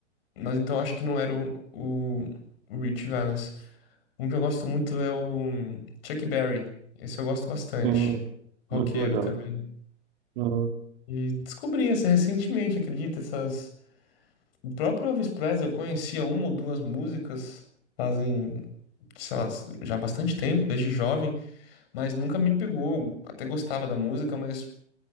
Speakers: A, on the left; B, on the right.
A: Mas então acho que não era o, o, o Rich Valens. Um que eu gosto muito é o Chuck Berry. Esse eu gosto bastante.
B: sim,
A: Roqueiro
B: muito legal.
A: também.
B: Uhum,
A: E descobri essa recentemente, acredita? Essas... O próprio Elvis Presley eu conhecia uma ou duas músicas fazem, sei lá, já bastante tempo, desde jovem, mas nunca me pegou. Até gostava da música, mas